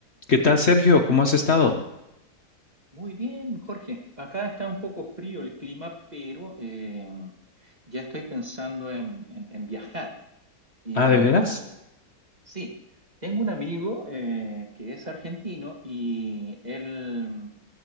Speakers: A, on the left; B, on the right.
A: ¿Qué tal, Sergio? ¿Cómo has estado?
B: Muy bien, Jorge. Acá está un poco frío el clima, pero eh, ya estoy pensando en, en- en viajar. Y
A: Ah, ¿de veras?
B: sí, tengo un amigo eh, que es argentino y él